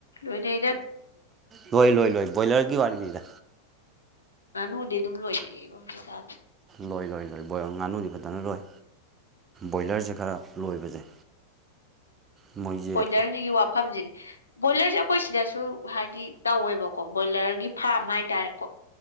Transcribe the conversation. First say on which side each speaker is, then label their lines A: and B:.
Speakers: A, on the left; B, on the right.
A: ꯂꯣꯏꯅꯩ
B: ꯂꯣꯏ ꯂꯣꯏ ꯂꯣꯏ ꯕꯣꯏꯂꯔꯒꯤ ꯋꯥꯔꯤꯅꯤꯗꯥ
A: ꯉꯥꯅꯨꯗꯤ ꯑꯗꯨꯝ ꯂꯣꯏꯅꯩꯌꯦꯕ ꯍꯧꯖꯤꯛ ꯀꯟꯁꯦ
B: ꯂꯣꯏ ꯂꯣꯏ ꯂꯣꯏ ꯕꯣꯏ ꯉꯥꯅꯨꯗꯤ ꯐꯖꯅ ꯂꯣꯏ ꯕꯣꯏꯂꯔꯁꯦ ꯈꯔ ꯂꯣꯏꯕꯁꯦ ꯃꯣꯏꯁꯦ
A: ꯕꯣꯏꯂꯔꯒꯤ ꯋꯥꯐꯝꯁꯤꯅꯤ ꯕꯣꯏꯂꯔꯁꯦ ꯑꯩꯈꯣꯏ ꯁꯤꯗꯁꯨ ꯍꯥꯏꯗꯤ ꯇꯧꯋꯦꯕꯀꯣ ꯕꯣꯏꯂꯔꯒꯤ ꯐꯥꯔꯝ ꯍꯥꯏꯇꯥꯔꯦꯀꯣ